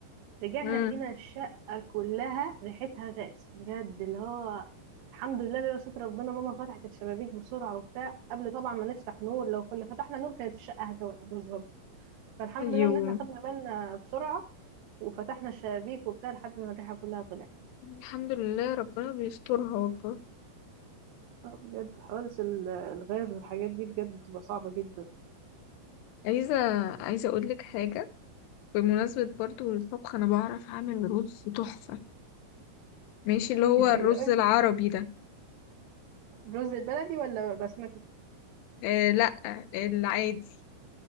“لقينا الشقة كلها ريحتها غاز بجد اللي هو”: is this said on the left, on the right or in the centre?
Right